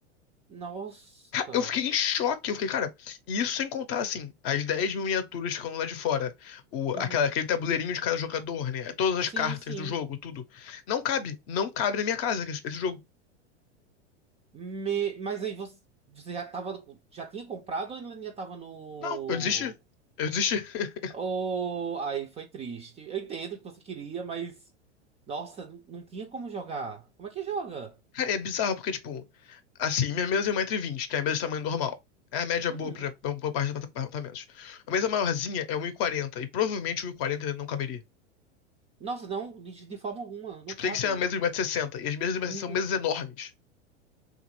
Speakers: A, on the right (about 20°); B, on the left (about 40°).
A: Nossa.
B: Ca- Eu fiquei em choque. Eu fiquei, cara, e isso sem contar, assim, as 10 miniaturas ficando lá de fora. O,
A: Uhum.
B: aquela, aquele tabuleirinho de cada jogador, né? Todas as
A: Sim,
B: cartas
A: sim.
B: do jogo, tudo. Não cabe. Não cabe na minha casa esse esse jogo.
A: Me- Mas aí você, você já tava, já tinha comprado ou ainda ainda tava no...
B: Não, eu desisti. Eu desisti. <laughs>
A: Oh, aí foi triste. Eu entendo que você queria, mas... Nossa, não, não tinha como jogar. Como é que joga?
B: Cara, é bizarro porque, tipo, assim, minha mesa é um metro e vinte, que é a mesa de tamanho normal. É a média
A: Uhum.
B: boa pra, pra, pra parte dos apartamentos. A mesa maiorzinha é um e quarenta e provavelmente um e quarenta não caberia.
A: Nossa, não, de, de forma alguma, não
B: Tipo,
A: cabe.
B: tem que ser uma mesa de 1,60m, e sessenta, e as mesas de 1,60m
A: Uhum.
B: são mesas enormes.